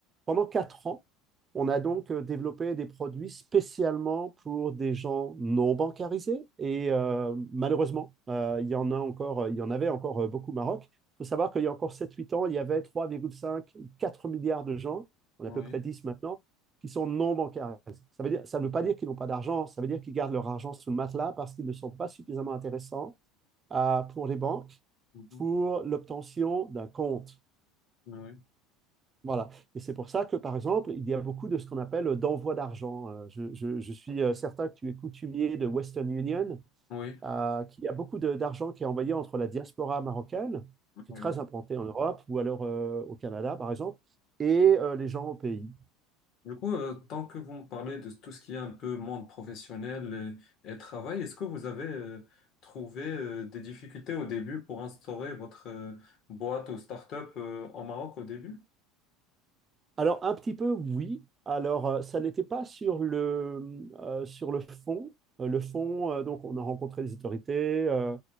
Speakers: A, on the right; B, on the left.
A: pendant quatre ans, on a donc euh, développé des produits spécialement pour des gens non bancarisés. Et euh, malheureusement, euh, il y en a encore, il y en avait encore euh, beaucoup au Maroc. Il faut savoir qu'il y a encore sept-huit ans, il y avait trois virgule cinq, quatre milliards de gens, on
B: oui,
A: est à peu près 10 maintenant, qui sont non bancarisés. Ça veut dire, ça ne veut pas dire qu'ils n'ont pas d'argent, ça veut dire qu'ils gardent leur argent sous le matelas parce qu'ils ne sont pas suffisamment intéressants à- pour les banques
B: Mhm.
A: pour l'obtention d'un compte.
B: oui,
A: Voilà. Et c'est pour ça que, par exemple, il y a beaucoup de ce qu'on appelle d'envoi d'argent. Euh, Je, je- je suis euh, certain que tu es coutumier de Western Union,
B: oui,
A: euh, qu'il y a beaucoup de- d'argent qui est envoyé entre la diaspora marocaine, qui
B: oui.
A: est très implantée en Europe, ou alors euh, au Canada, par exemple, et euh, les gens au pays.
B: Du coup, euh, tant que vous me parlez de tout ce qui est un peu monde professionnel et, et travail, est-ce que vous avez euh, trouvé euh, des difficultés au début pour instaurer votre euh, boîte ou start-up euh, en Maroc au début?
A: Alors, un petit peu, oui. Alors, euh, ça n'était pas sur le, euh, sur le fond. Euh, le fond, euh, donc, on a rencontré les autorités, euh, euh,